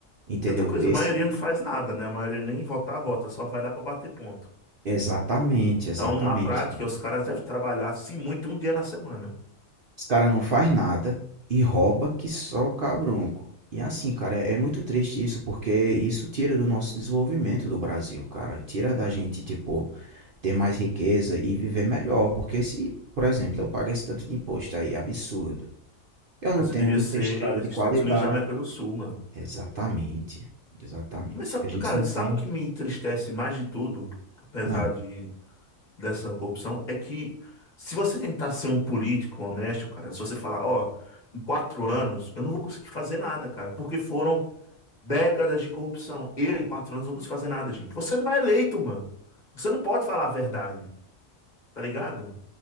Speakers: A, on the right; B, on the left.
A: Entendeu?
B: E outra coisa,
A: Esse,
B: a maioria não faz nada, né? A maioria nem votar, vota, só vai lá pra bater ponto.
A: exatamente,
B: Sim.
A: exatamente.
B: Então, na prática, os caras devem trabalhar, se muito, um dia na semana.
A: Os cara não faz nada e rouba que só o cabrunco. E assim, cara, é é muito triste isso, porque isso tira do nosso desenvolvimento do Brasil, cara. Tira da gente, tipo, ter mais riqueza e viver melhor. Porque se, por exemplo, eu pago esse tanto de imposto aí, absurdo. Eu
B: Mas
A: não tenho,
B: devia
A: não
B: ser
A: tenho estrada
B: os
A: de
B: Estados
A: qualidade.
B: Unidos da América do Sul, mano.
A: Exatamente, exatamente.
B: Mas sabe,
A: A gente
B: cara,
A: não
B: sabe
A: tem.
B: o que me entristece mais de tudo, apesar
A: Ah.
B: de dessa corrupção, é que se você tentar ser um político honesto, cara, se você falar, ó, em quatro anos eu não vou conseguir fazer nada, cara, porque foram décadas de corrupção. Eu, em quatro anos, não consigo fazer nada, gente. Você não é eleito, mano. Você não pode falar a verdade, tá ligado?